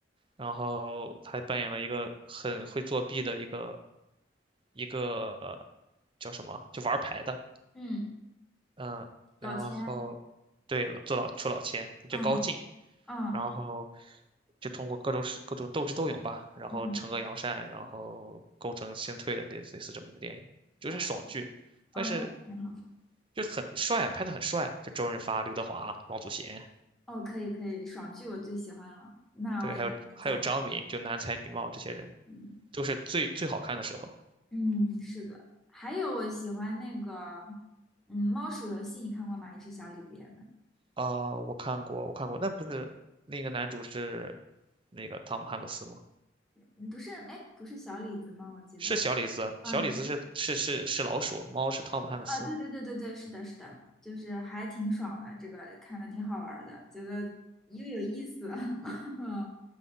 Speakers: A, on the right (about 30°); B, in the centre.
A: 然后他还扮演了一个很会作弊的一个一个呃叫什么，就玩牌的，
B: 嗯，
A: 嗯，然后对了，
B: 老千。
A: 做老出老千，他叫高进，
B: 嗯。嗯
A: 然后就通过各种手各种斗智斗勇吧，然后惩恶扬善，
B: 嗯，
A: 然后功成身退的类似类似这么一部电影，就是爽剧，
B: 哦，
A: 但是
B: 哦，那挺好。
A: 就很帅，拍的很帅，就周润发、刘德华、王祖贤，
B: 哦，可以可以，爽剧我最喜欢了，那我也把它加一。
A: 对，还有还有张敏，就男才女貌这些人
B: 嗯
A: 都是最最好看的时候。
B: 嗯，是的，还有我喜欢那个，嗯，猫鼠游戏你看过吗？也是小李子演的，
A: 啊、我看过，我看过，那不是另一个男主是那个汤姆汉克斯吗？
B: 嗯不是，哎，不是小李子吗？我记得。
A: 是小李子，
B: 啊，
A: 小李子是是是是老鼠，
B: 对，
A: 猫是汤姆汉克斯。
B: 啊，对对对对对，是的，是的，就是还挺爽的，这个看的挺好玩儿的，觉得又有意思，<laughs> 嗯，